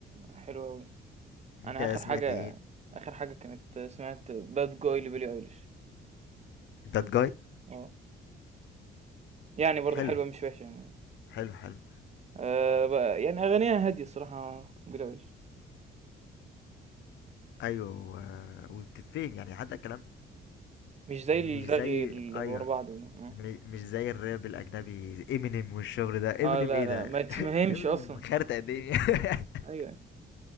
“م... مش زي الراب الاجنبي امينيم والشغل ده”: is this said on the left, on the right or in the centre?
Left